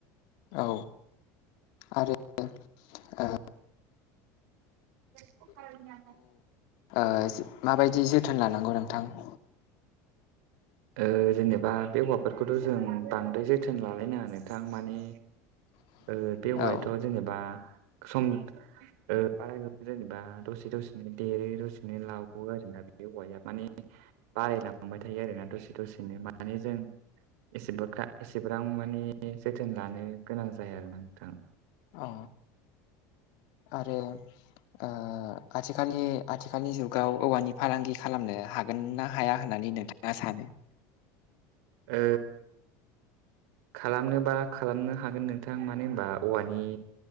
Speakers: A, on the left (about 60°); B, on the right (about 75°).
A: औ आरो ओ
B: <inaudible>
A: ओ माबायदि जोथोन लानांगौ नोंथां?
B: ओ जेनेबा बे औवाफोरखौथ' जों बांद्राय जोथोन लालायनाङा नोंथां माने
A: <inaudible>
B: ओ बे औवायाथ'
A: औ
B: जेनेबा सम ओ बारायनोबो जेनेबा दसे दसेनो देरो दसेनो लावो आरोना बे औवाया माने बारायलांबाय थायो आरोना दसे दसेनो माने जों एसेबोख्रा एसेब्रां माने जोथोन लानो गोनां जाया आरोना नोंथां।
A: अ आरो। ओ आथिखालनि आथिखालनि जुगाव औवानि फालांगि खालामनो हाग गोन ना हाया होननानै नोंथाङा सानो?
B: ओ खालामनोबा खालामनो हागोन नोंथां मानो होनबा औवानि